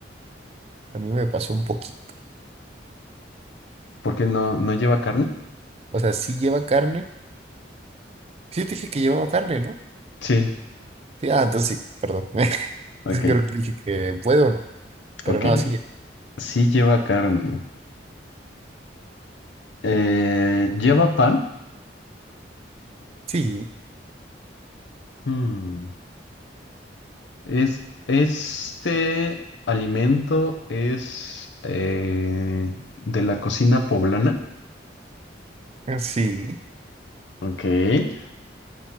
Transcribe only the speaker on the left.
¿Por qué no, no lleva carne?
Sí,
ok,
ok.
Sí lleva carne. Eh, ¿lleva pan?
Hmm, Es, este alimento es eh, de la cocina poblana.
Ok. e-,